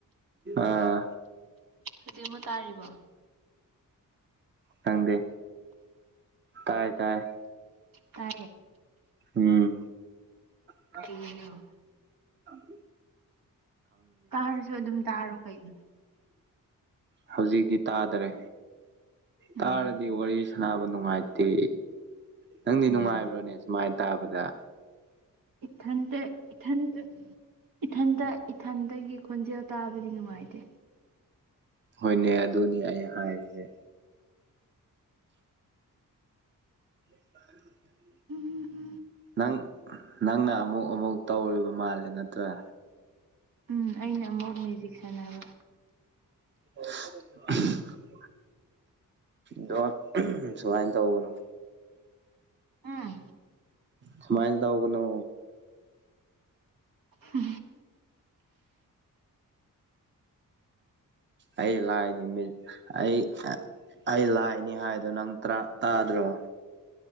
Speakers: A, on the right; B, on the right.
A: ꯑꯥ
B: ꯍꯧꯖꯤꯛ ꯑꯃꯨꯛ ꯇꯥꯔꯤꯕꯣ
A: ꯈꯪꯗꯦ ꯇꯥꯏ ꯇꯥꯏ
B: ꯇꯦ
A: ꯑꯣꯝ ꯎꯝ
B: ꯎ
A: ꯑꯝ
B: ꯇꯥꯔꯁꯨ ꯑꯗꯨꯝ ꯇꯥꯔꯣ ꯀꯩꯅꯣ
A: ꯍꯧꯖꯤꯛꯇꯤ ꯇꯥꯗꯔꯦ ꯇꯥꯔꯗꯤ
B: ꯎꯝ
A: ꯋꯥꯔꯤ ꯁꯅꯥꯕꯨ ꯅꯨꯡꯉꯥꯏꯇꯦ ꯅꯪꯗꯤ ꯅꯨꯡꯉꯥꯏꯕ꯭ꯔꯣꯅꯦ
B: ꯎꯝ
A: ꯁꯨꯃꯥꯏꯅ ꯇꯥꯕꯗ
B: ꯏꯊꯟꯇ ꯏꯊꯟꯇ ꯏꯊꯟꯇ ꯏꯊꯟꯇꯗꯒꯤ ꯈꯣꯟꯖꯦꯜ ꯇꯥꯕꯗꯤ ꯅꯨꯡꯉꯥꯏꯇꯦ
A: ꯍꯣꯏꯅꯦ ꯑꯗꯨꯅꯤ ꯑꯩ ꯍꯥꯏꯔꯤꯁꯦ ꯀ
B: ꯎ ꯍ
A: ꯅꯪ ꯅꯪꯅ ꯑꯃꯨꯛ ꯑꯃꯨꯛ ꯇꯧꯔꯤꯕ ꯃꯥꯜꯂꯦ ꯅꯠꯇ꯭ꯔꯥ
B: ꯎꯝ ꯑꯩꯅ ꯑꯃꯨꯛ ꯃꯦꯖꯤꯛ ꯁꯥꯟꯅꯕ
A: ꯍ ꯗꯣ ꯁꯨꯃꯥꯏ ꯇꯧꯒꯅꯣ
B: ꯎꯝ
A: ꯁꯨꯃꯥꯏ ꯇꯧꯀꯅꯣ
B: ꯎ
A: ꯑꯩ ꯂꯥꯏꯅꯤ ꯃꯤ ꯑꯩ ꯑꯩ ꯂꯥꯏꯅꯤ ꯍꯥꯏꯗ ꯅꯪ ꯇꯥꯗ꯭ꯔꯣ